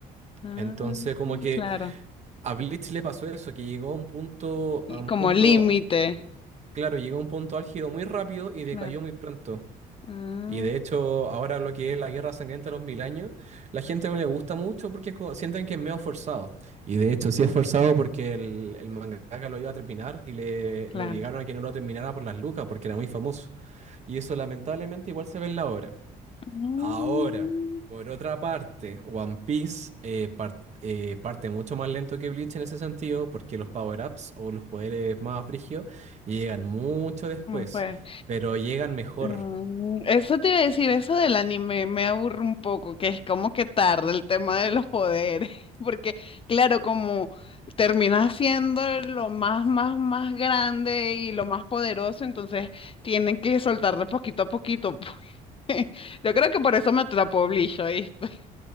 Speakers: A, on the left; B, on the right.
A: Ah,
B: Entonces, como que...
A: claro.
B: A Bleach le pasó eso, que llegó a un punto, a un
A: como
B: punto,
A: límite.
B: claro, llegó a un punto álgido muy rápido y decayó
A: Claro.
B: muy pronto.
A: Ah,
B: Y de hecho, ahora lo que es la Guerra Sangrienta de los Mil Años, la gente no le gusta mucho porque es como- sienten que es medio forzado. Y de hecho, sí es forzado porque el, el mangaka lo iba a terminar y le,
A: claro.
B: lo obligaron a que no lo terminara por las lucas porque era muy famoso. Y eso lamentablemente igual se ve en la obra.
A: Mm,
B: Ahora, por otra parte, One Piece eh, par- eh, parte mucho más lento que Bleach en ese sentido, porque los power-ups o los poderes más brígidos llegan mucho después,
A: ¿Cómo fue?
B: pero llegan mejor.
A: Mm, Eso te iba a decir, eso del anime me aburre un poco, que es como que tarda el tema de los poderes, <laughs> porque claro, como termina siendo lo más, más, más grande y lo más poderoso, entonces tienen que soltar de poquito a poquito. pues. <laughs> Yo creo que por eso me atrapó Bleach, ¿oíste?